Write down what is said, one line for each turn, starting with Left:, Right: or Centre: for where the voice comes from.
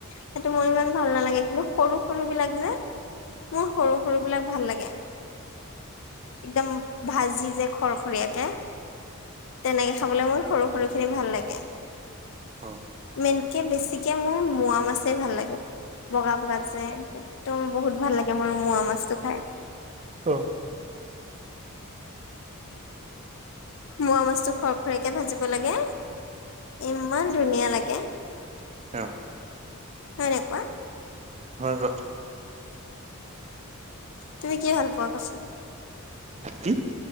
Left: সেইটো মোৰ ইমান ভাল নালাগে, কিন্তু সৰু সৰুবিলাক যে মোৰ সৰু সৰুবিলাক ভাল লাগে। একদম ভাজি যে খৰখৰিয়াকে। তেনেকে খাবলৈ মোৰ সৰু সৰুখিনি ভাল লাগে।
Right: অ'।
Left: তেনেকে বেছিকে মোৰ মোৱা মাছে ভাল লাগে। বগা- বগা যে একদম বহুত ভাল লাগে মোৰ মোৱা মাছটো খাই।
Right: অ'।
Left: মোৱা মাছটো খৰখৰিয়াকৈ ভাজিব লাগে, ইমান ধুনীয়া লাগে।
Right: অ'।
Left: হয় নে কোৱা।
Right: হয়- হয়।
Left: তুমি কি ভাল পোৱা কোৱাচোন।
Right: কি?